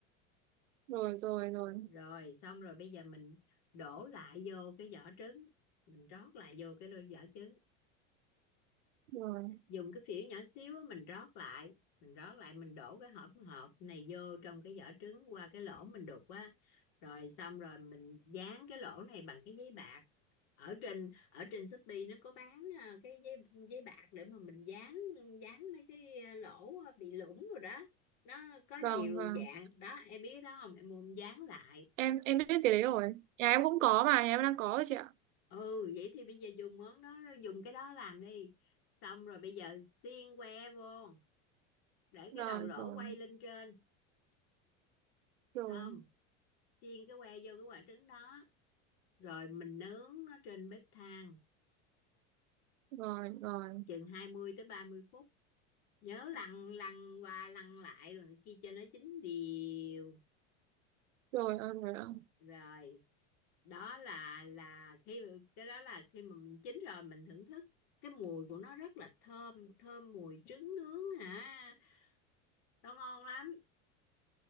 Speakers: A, on the right; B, on the left.
A: rồi rồi rồi
B: rồi xong rồi bây giờ mình đổ lại vô cái vỏ trứng mình rót lại vô cái lô vỏ trứng
A: rồi
B: dùng cái phễu nhỏ xíu mình rót lại mình rót lại mình đổ cái hỗn hợp này vô trong cái vỏ trứng qua cái lỗ mình đục á rồi xong rồi mình dán cái lỗ này bằng cái giấy bạc ở trên ở trên Shopee nó có bán à, cái giấy giấy bạc để mà mình dán dán mấy cái à, lỗ ờ, bị lủng rồi đó nó có nhiều
A: vâng vâng
B: dạng đó em biết đó không em mua em dán lại
A: em em biết cái đấy rồi nhà em cũng có mà nhà em đang có rồi chị ạ
B: <clears throat> ừ vậy thì bây giờ dùng món đó dùng cái đó làm đi xong rồi bây giờ xiên que vô để
A: rồi
B: cái đầu lỗ
A: rồi
B: quay lên trên
A: rồi
B: không xiên cái que vô cái quả trứng đó rồi mình nướng nó trên bếp than
A: rồi rồi
B: chừng hai mươi tới ba mươi phút nhớ lăn lăn qua lăn lại rồi kia cho nó chín đều
A: rồi ơn rồi ạ.
B: rồi đó là là khi cái đó là khi mà mình chín rồi mình thưởng thức cái mùi của nó rất là thơm thơm mùi trứng nướng hả nó ngon lắm